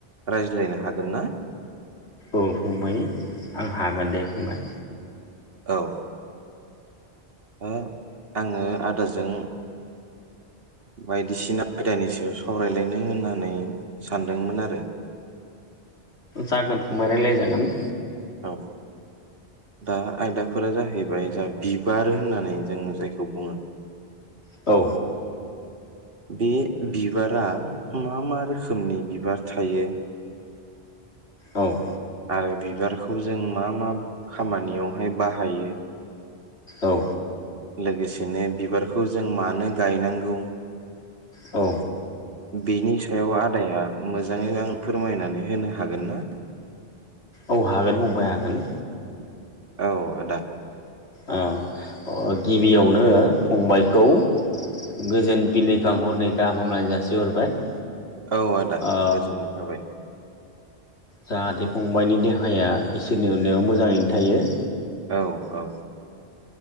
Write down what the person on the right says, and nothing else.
रायज्लायनो हागोन ना?
औ ओ आङो आदाजों बायदिसिना आयदानि सायाव सावरायलायनो होननानै सानदोंमोन आरो
औ दा आयदाफोरा जाहैबाय जा बिबार होननानै जों जायखौ बुङो
बे बिबारा मा मा रोखोमनि बिबार थायो।
आरो बिबारखौ जों मा मा खामानियावहाय बाहायो।
लोगोसेनो बिबारखौ जों मानो गायनांगौ
बेनि सायाव आदाया मोजाङै आं फोरमायनानै होनो हागोन ना?
औ आदा।
औ आदा
गोजोननाय थाबाय।
औ औ।